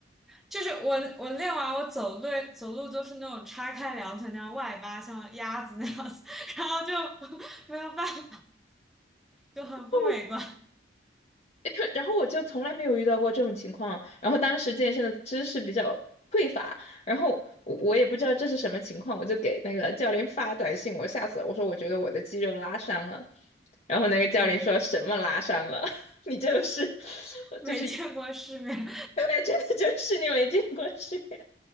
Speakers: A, in the centre; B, on the left.
A: 就是我我练完我走路走路都是那种叉开两腿那样外八，像鸭子那样子，<laughs> 然后就 <laughs> 没有办法，就很不美观。
B: <laughs> <laughs> 然后我就从来没有遇到过这种情况，然后当时健身的知识比较匮乏，然后我我也不知道这是什么情况，我就给那个教练发短信，我吓死了，我说我觉得我的肌肉拉伤了，然后那个教练说什么拉伤了，
A: 嗯，
B: <laughs> 你就是 <laughs>
A: 没见过世面。
B: 就是原来真的就是你没见过世面，